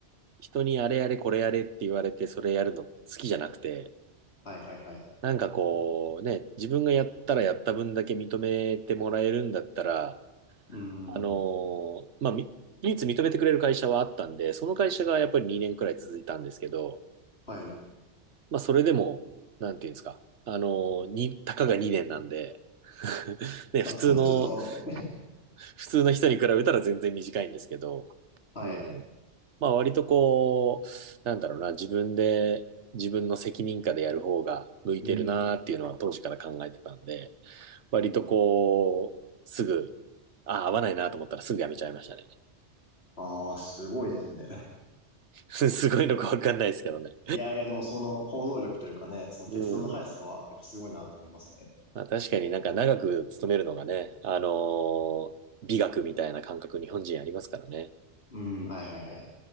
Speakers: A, on the right; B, on the left.
A: 人にあれやれこれやれって言われてそれやるの好きじゃなくて、
B: はい、はい、はい。
A: なんかこう、ね、自分がやったらやった分だけ認めてもらえるんだったら、
B: うん。
A: あのーまあ、み唯一認めてくれる会社はあったんで、その会社がやっぱり2年くらい続いたんですけど、
B: はい。
A: まあ、それでも、なんていうんですか、あのーに、たかが2年なんで、<laughs> ね、
B: まあ、
A: 普通の
B: <laughs> ちょっと
A: 普通の人に比べたら全然短いんですけど、
B: <laughs> はい。
A: うん。まあ割とこう、なんだろうな、自分で、自分の責任下でやる方が向いてるなーっていうのは当時から考えてたんで、
B: うん
A: 割とこう、
B: えー
A: すぐ、ああ、合わないなと思ったらすぐやめちゃいましたね。
B: ああ、すごいですね。
A: <laughs> すごいのかわかんないですけどね。
B: いやいや、でもその行動力というかね、その決断の速さは、
A: <laughs> うん。
B: やっぱすごいなと思いますね。
A: まあ確かになんか長く勤めるのがね、あのー美学みたいな感覚日本人ありますからね。
B: うん、はいはいはい。